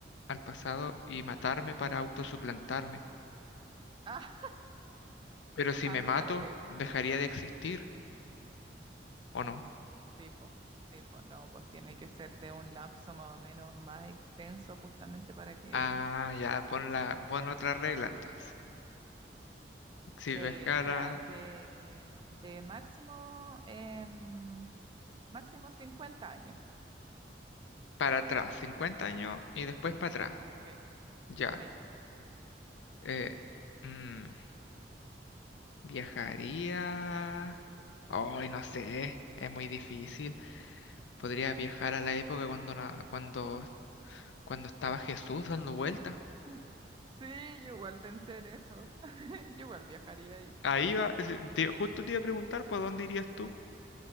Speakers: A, on the left (about 85°); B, on the right (about 25°).
A: al pasado y matarme para autosuplantarme.
B: <laughs> Ah,
A: Pero si
B: ah,
A: me
B: claro,
A: mato, dejaría de existir, ¿o no?
B: Sí, pues, sí, pues no, pues tiene que ser de un lapso más o menos más extenso justamente para que,
A: Ah, ya, pon la, pon otra regla entonces. Si
B: que
A: viajara
B: sea de, de máximo, em, máximo 50 años.
A: para atrás, 50 años y después para atrás.
B: Sí,
A: Ya.
B: sí.
A: Eh, mm, viajaría. Ay, no sé, es muy difícil. Podría viajar a la época cuando, na- cuando, cuando estaba Jesús dando vueltas.
B: <laughs> Sí, yo igual pensé en eso. <laughs> Yo igual viajaría ahí.
A: Ahí va, es- te- justo te iba a preguntar, pues, ¿dónde irías tú?